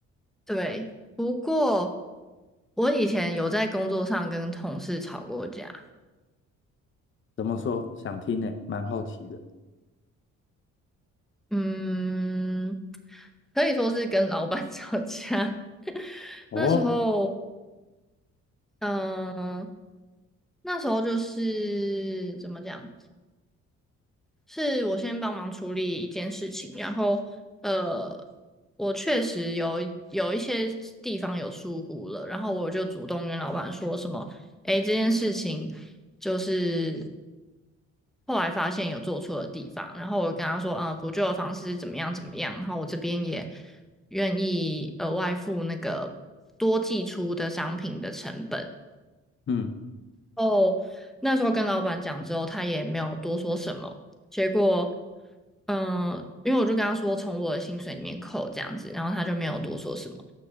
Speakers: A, in the centre; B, on the left (about 40°).
A: 对，不过我以前有在工作上跟同事吵过架，
B: 怎么说？想听呢，蛮好奇的。
A: 嗯，可以说是跟老板 <laughs> 吵架。
B: 哦，
A: 那时候，嗯、那时候就是怎么讲？是我先帮忙处理一件事情，然后呃，我确实有一有一些地方有疏忽了，然后我就主动跟老板说什么，诶，这件事情就是后来发现有做错的地方，然后我跟他说，嗯、补救的方式是怎么样怎么样，然后我这边也愿意额外付那个多寄出的商品的成本。
B: 嗯
A: 后那时候跟老板讲之后，他也没有多说什么。结果，嗯，因为我就跟他说从我的薪水里面扣这样子，然后他就没有多说什么。